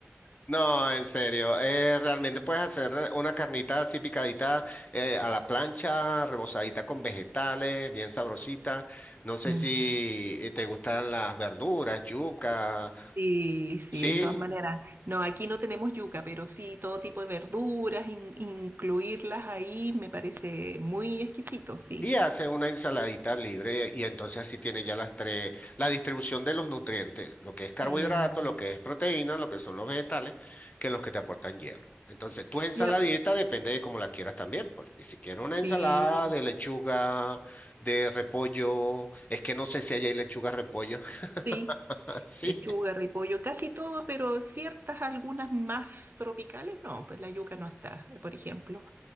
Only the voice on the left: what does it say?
No, en serio. eh, realmente puedes hacer eh, una carnita así picadita eh, a la plancha, rebozadita con vegetales, bien sabrosita. No sé
si eh, te gustan las verduras, yuca.
Sí,
Y hace una ensaladita libre y entonces así tiene ya las tres, la distribución de los nutrientes, lo que es carbohidrato,
lo que es proteína, lo que son los vegetales, que los que te aportan hierro. Entonces, tu ensaladita
depende de cómo la quieras también, porque si quieres
una ensalada de lechuga, de repollo, es que no sé si allá hay lechuga repollo,
<laughs> sí.